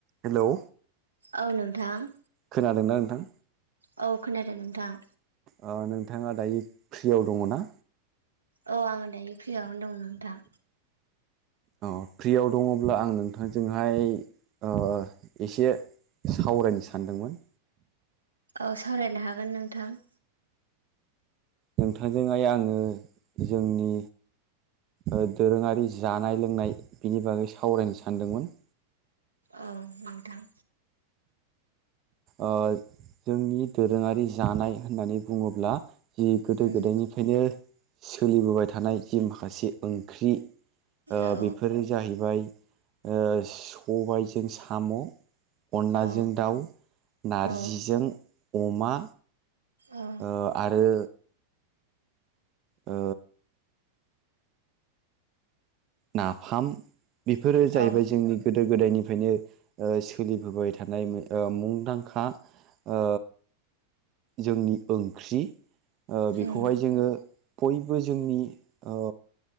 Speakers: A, on the right; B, on the right.
A: हेल'
B: औ नोंथां।
A: खोनादोंना नोंथां?
B: औ खोनादों नोंथां।
A: अ नोंथाङा दायो फ्रियाव दङ ना?
B: औ आङो दायो फ्रियावनो दं नोंथां।
A: अ फ्रियाव दङब्ला आं नोंथांजोंहाय अ एसे सावरायनो सानदोंमोन।
B: औ सावरायनो हागोन नोंथां।
A: नोंथांजोंहाय आङो जोंनि ओ दोरोङारि जानाय लोंनाय बिनि बागै सावरायनो सानदोंमोन।
B: औ नोंथां
A: आ जोंनि दोरोङारि जानाय होननानै बुङोब्ला जि गोदो
B: उम
A: गोदायनिफ्रायनो सोलिबोबाय थानाय जे माखासे ओंख्रि ओ
B: औ
A: बेफोरो जाहैबाय ओ सबायजों साम' अनलाजों
B: औ
A: दाउ नारजिजों
B: औ
A: अमा
B: औ
A: ओ आरो ओ नाफाम बेफोरो जाहैबाय
B: औ
A: जोंनि गोद गोदो गोदायनिफ्रायनो सोलिबोबाय थानाय मुंदांखा ओ जोंनि ओंख्रि ओ बेखौहाय
B: उम
A: जोङो बयबो जोंनि ओ